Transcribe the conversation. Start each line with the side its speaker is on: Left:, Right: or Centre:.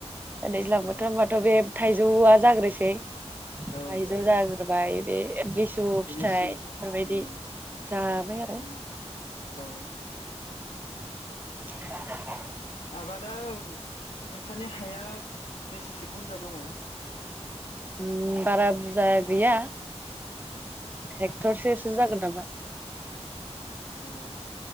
Right: दैज्लां
Left: औ
Right: बोथोर बाथ' बे थाइजौआ जाग्रोसै।
Left: औ
Right: थाइजौ जागो बाय बे एतलिस सु फिथाइ
Left: लिसु
Right: बेफोरबायदि
Left: उम
Right: जाबाय आरो।
Left: उम औ
Right: <inaudible>
Left: आबादा नोंसोरनि हाया बेसेसो बुरजा दङ?
Right: ओम बारा बुरजा गैया। हेक्टरसेसो जागोन नामा
Left: ओम